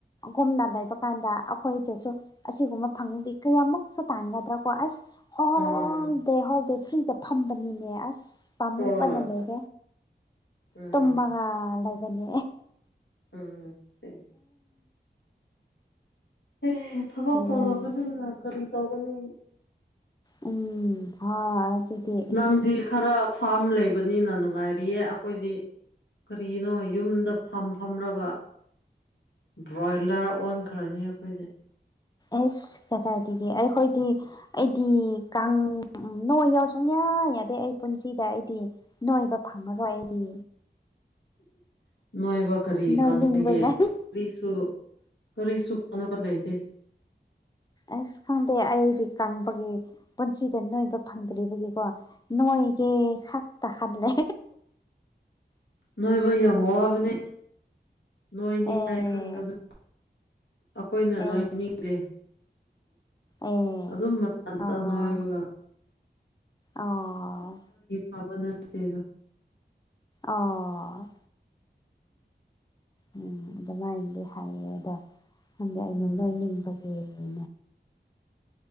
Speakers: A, on the left (about 20°); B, on the left (about 75°).
A: ꯒꯨꯝꯅ ꯂꯩꯕ ꯀꯥꯟꯗ ꯑꯩꯈꯣꯏꯗꯁꯨ ꯑꯁꯤꯒꯨꯝꯕ ꯐꯪꯗꯦ ꯀꯌꯥꯃꯨꯛꯁꯨ ꯇꯥꯟꯒꯗ꯭ꯔꯥ ꯑꯁ ꯍꯣꯜ
B: ꯎꯝ
A: ꯗꯦ ꯍꯣꯜꯗꯦ ꯐ꯭ꯔꯤꯗ ꯐꯝꯕꯅꯤꯅꯦ ꯑꯁ ꯄꯥꯝꯃꯨ
B: ꯍꯣꯏ
A: ꯀꯟꯅ ꯂꯩꯔ
B: ꯎꯝ
A: ꯇꯃꯒ ꯂꯩꯥꯏꯕꯅꯤ
B: ꯎꯝ ꯁꯦꯡ ꯑꯦ ꯊꯕꯛ
A: ꯅꯨꯡꯉꯥꯏꯅ
B: ꯇꯧꯗꯕꯅꯤꯅ ꯀꯔꯤ ꯇꯧꯒꯅꯤ
A: ꯎꯝ ꯍꯣꯏ ꯑꯗꯨꯗꯤ
B: ꯅꯪꯗꯤ ꯈꯔꯞ ꯐꯥꯔꯝ ꯂꯩꯕꯅꯤꯅ ꯅꯨꯡꯉꯥꯏꯔꯤꯌꯦ ꯑꯩꯈꯣꯏꯗꯤ ꯀꯔꯤꯅꯣ ꯌꯨꯝꯗ ꯐꯝ ꯐꯝꯂꯒ ꯕ꯭ꯔꯣꯏꯂꯔ ꯑꯣꯟꯈ꯭ꯔꯅꯤ ꯑꯩꯈꯣꯏꯗꯤ
A: ꯑꯁ ꯀꯗꯥꯏꯗꯒꯤ ꯑꯩꯈꯣꯏꯗꯤ ꯑꯩꯗꯤ ꯀꯥꯡ ꯎꯝ ꯅꯣꯏ ꯌꯥꯎ ꯁꯨꯡꯌꯥ ꯌꯥꯗꯦ ꯑꯩ ꯄꯨꯟꯁꯤꯗ ꯑꯩꯗꯤ ꯅꯣꯏꯕ ꯐꯪꯉꯔꯣꯏ ꯑꯩꯗꯤ
B: ꯅꯣꯏꯕ ꯀꯔꯤ
A: ꯅꯣꯏꯅꯤꯡꯕꯅꯦ
B: ꯀꯥꯟꯅꯒꯦ ꯀꯔꯤꯁꯨ ꯀꯔꯤꯁꯨ ꯀꯥꯟꯅꯕ ꯂꯩꯇꯦ
A: ꯑꯁ ꯈꯪꯗꯦ ꯑꯩꯗꯤ ꯀꯪꯕꯒꯤ ꯄꯨꯟꯁꯤꯗ ꯅꯣꯏꯕ ꯐꯪꯗ꯭ꯔꯤꯕꯒꯤꯀꯣ ꯅꯣꯏ ꯦ ꯁꯥꯛ ꯇ ꯈꯥꯟꯂꯦ
B: ꯅꯣꯏꯕ ꯍ ꯍꯕꯅꯦ ꯅꯣꯏ ꯅꯤꯡꯉꯥꯏ
A: ꯑꯦ
B: ꯈꯟꯒꯅꯨ ꯑꯩꯈꯣꯏꯅ
A: ꯑꯦ
B: ꯅꯣꯏ ꯅꯤꯡꯗꯦ
A: ꯑꯦ
B: ꯑꯗꯨꯝ ꯃꯇꯝꯇꯟꯅꯣ
A: ꯑꯣ
B: ꯍꯥꯏꯕꯒ
A: ꯑꯣ
B: ꯍꯕ ꯅꯦꯗ
A: ꯑꯣ ꯎꯝ ꯑꯗꯨꯃꯥꯏꯅꯗꯤ ꯍꯥꯏꯌꯦ ꯑꯗꯣ ꯈꯪꯗꯤ ꯑꯩꯅ
B: ꯎꯝ
A: ꯅꯣꯏꯅꯤꯡꯕꯒꯤ ꯎ